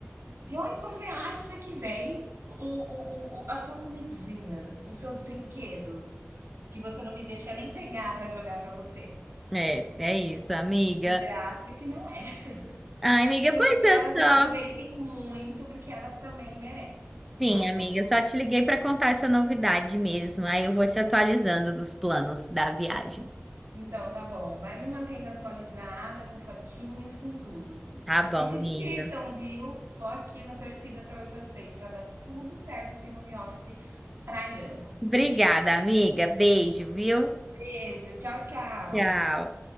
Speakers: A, on the right; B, in the centre.
A: De onde você acha que vem o o o o a tua comidinha, os seus brinquedos, que você não me deixa nem pegar para jogar para você?
B: É, é isso, amiga.
A: De graça que não é, <laughs>
B: Ai, amiga,
A: mas
B: pois
A: que
B: é
A: elas
B: só.
A: aproveitem muito, porque elas também merecem. Vai,
B: Sim, amiga,
A: vamos
B: eu só te liguei pra contar essa novidade mesmo. Aí eu vou te atualizando dos planos da viagem.
A: então tá bom, vai me mantendo atualizada com fotinhas, com tudo.
B: Tá bom,
A: E se
B: amiga.
A: divirtam, viu? Tô aqui na torcida para vocês para dar tudo certo esse home office praiano.
B: Obrigada, amiga. Beijo, viu?
A: Beijo, tchau, tchau.
B: Tchau.